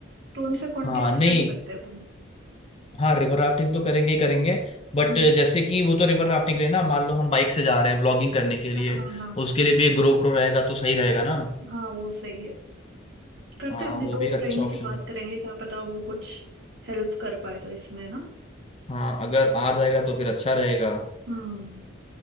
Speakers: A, on the right; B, on the left.
A: तो उनसे कांटेक्ट
B: हाँ नहीं
A: कर सकते हैं अपन
B: हाँ रिवर राफ्टिंग तो करेंगे ही करेंगे बट
A: हम्म,
B: जैसे कि वो तो रिवर राफ्टिंग के लिए ना मान लो हम बाइक से जा रहे हैं व्लॉगिंग करने के लिए
A: हाँ हाँ हाँ
B: उसके लिए भी एक GoPro रहेगा तो सही रहेगा ना
A: हाँ वो सही है करते
B: हाँ
A: हैं, अपने
B: वो
A: दो
B: भी एक अच्छा
A: फ्रेंड
B: ऑप्शन
A: से बात
B: है
A: करेंगे क्या पता वो कुछ हेल्प कर पाए तो इसमें ना
B: हाँ अगर आ जाएगा तो फिर अच्छा रहेगा
A: हम्म